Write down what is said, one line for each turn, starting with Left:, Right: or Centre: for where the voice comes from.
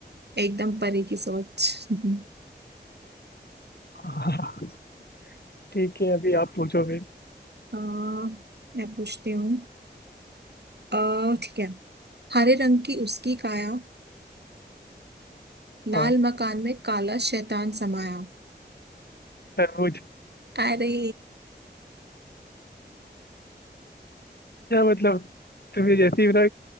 Right: एकदम परे की सोच <laughs>
Left: हाँ ठीक है अभी आप पूछो फिर
Right: आ, मैं पूछती हूँ अ, ठीक है हरे रंग की उसकी काया लाल
Left: हाँ
Right: मकान में काला शैतान समाया
Left: तरबूज
Right: अरे
Left: क्या मतलब तुमने जैसे ही मेरा